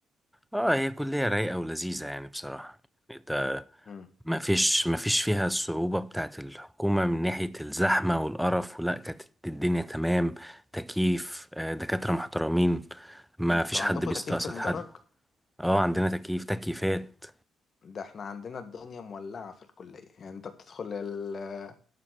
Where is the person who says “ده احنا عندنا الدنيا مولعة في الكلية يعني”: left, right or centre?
Left